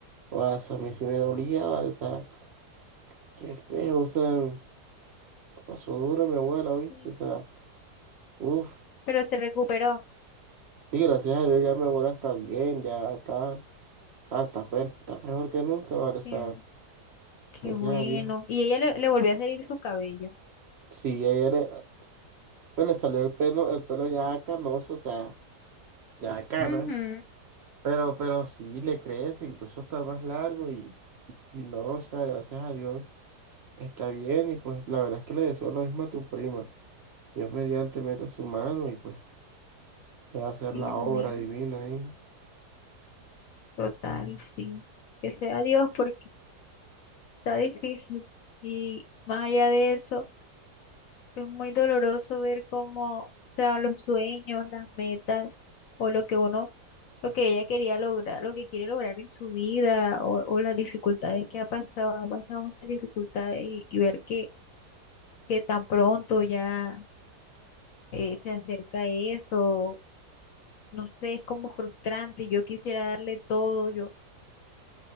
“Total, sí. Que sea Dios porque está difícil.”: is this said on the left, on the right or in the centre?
Left